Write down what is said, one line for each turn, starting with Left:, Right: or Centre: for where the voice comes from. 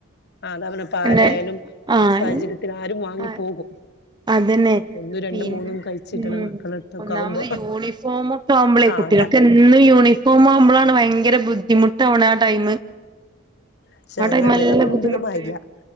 Left: ആഹ് അതാ പർഞ്ഞെ ഇപ്പാരായാലും
Right: പിന്നെ
Left: ഇപ്പത്തെ
Right: ആഹ്
Left: സാഹചര്യത്തില് ആരും വാങ്ങി
Right: ആഹ്
Left: പോകും
Right: അതന്നെ
Left: ഒന്നും രണ്ടും
Right: പിന്ന
Left: മൂന്നും കഴിച്ചിട്ടണ
Right: ഉം
Left: മക്കളടുത്തൊക്കെ
Right: ഒന്നാമത്
Left: ആവുമ്പോ
Right: യൂണിഫോമൊക്കെ ആവുമ്പളേ
Left: ആഹ്
Right: കുട്ടിയോൾക്ക്.
Left: അതാ
Right: എന്നും യൂണിഫോം ആവുമ്പളാണ് ഭയങ്കര ബുദ്ധിമുട്ടാവ്ണത് ആ ടൈമ്.
Left: പക്ഷെ
Right: ആ ടൈം
Left: ല്ല
Right: നല്ല
Left: <unintelligible>
Right: ബുദ്ധിമുട്ട്